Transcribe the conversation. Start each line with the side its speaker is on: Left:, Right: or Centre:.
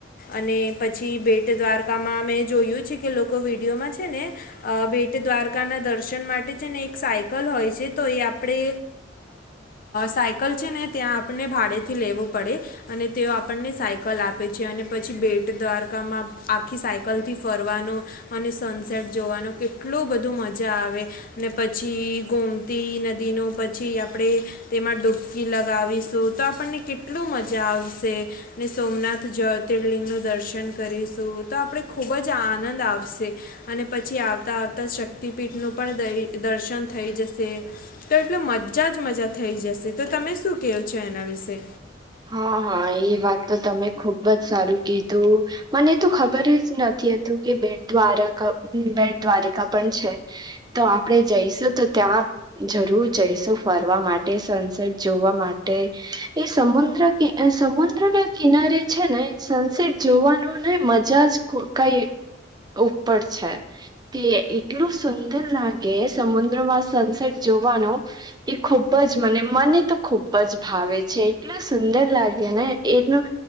Left: અને પછી બેટ દ્વારકામાં અ જોયું છે કે લોકો વિડીયોમાં છે ને ભ બેટ દ્વારકા ના દર્શન માટે છે ને એક હોય છે તો એ આપણે સાયકલ છે ને ત્યાં આપને ભાડે થી લેવો પડે અને તેઓ આપણને સાયકલ આપે છે અને પછી બેટ દ્વારકામાં આખી સાયકલથી ફરવાનો અને સનસેટ જોવાનો કેટલું બધું મજા આવે ને પછી ગોમતી નદી ન પછી આપણેે તેમાં ડૂબકી લગાવીશું તો આપણને કેટલું મજા આવશે ને સોમનાથ જ્યોતિર્લિંગનું દર્શન કરીશું તો આપણે ખૂબ જ આનંદ આવશે અને પછી આવતા આવતા શક ક્તિપીઠનું પણ દર્શન થઈ જશે. તો એટલો મજા જ મજા થઈ જશે તો તમે શું કવું છો એના વિશે?
Right: હા હા એ વાત તો તમે ખુબ જ સારું કીધું મને તો ખબર જ નથી. હતું કે બેડ દ્વારાક બેટ દ્વારિકા પણ છે તો આપણેે જઈશું તો ત્યાં જરૂર જઈશું ફરવા માટે સનસેટ જોવા માટે એ સમુ દ્ર સમુદ્ર ના કિનારે છે ને સનસેટ જોવાનું ને મજા જ કઈ ઈ ઉપર છે તે એટલું સુંદર લાગે સમુદ્રમાં સનસેટ જોવા એ ખૂબ જ મને મને તો ખૂબ જ ભાવે છે એટલે સુંદર લાગે ને એનું